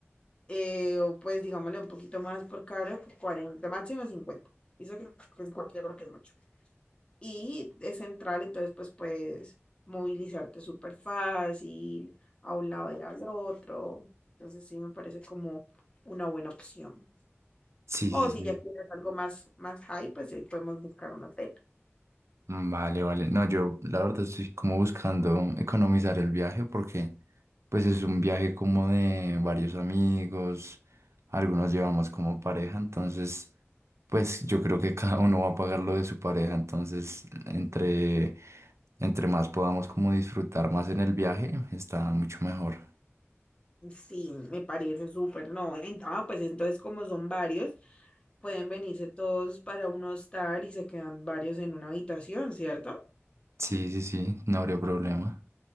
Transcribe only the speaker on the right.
Sí, sí,
sí.
Mm, Vale, vale. No, yo la verdad estoy como buscando economizar el viaje porque pues es un viaje como de varios amigos, algunos llevamos como pareja, entonces pues yo creo que <laughs> cada uno va a pagar lo de su pareja, entonces entre, entre más podamos como disfrutar más en el viaje, está mucho mejor.
Sí, sí, sí, no habría problema.